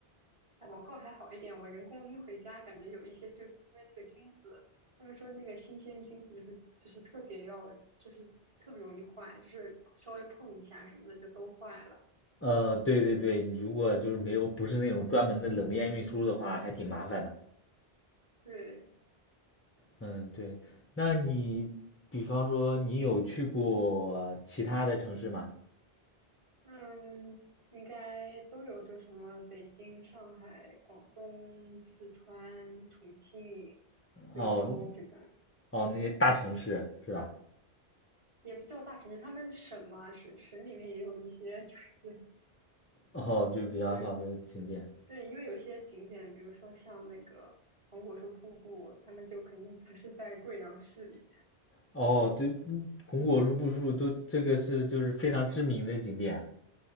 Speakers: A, on the right; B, on the left.
A: 哎，网购还好一点，我人工拎回家，感觉有一些就因为那个菌子，他们说那个新鲜菌子就是就是特别要就是特别容易坏，就是稍微碰一下什么的就都坏了。
B: 呃，对对对，你如果就是没有不是那种专门的冷链运输的话，还挺麻烦的，
A: 对，
B: 嗯，对，那你比方说你有去过其他的城市吗？
A: 嗯，应该都有，就什么北京、上海、广东、四川、重庆、贵州这种，
B: 哦哦，那些大城市是吧？
A: 也不叫大城市，他们省嘛，省省里面也有一些，就是
B: 哦，就比较好的景点。
A: 就是对，因为有一些景点，比如说像那个黄果树瀑布，他们就肯定不是在贵阳市里面。
B: 哦，对，嗯红果树、布树都这个是就是非常知名的景点，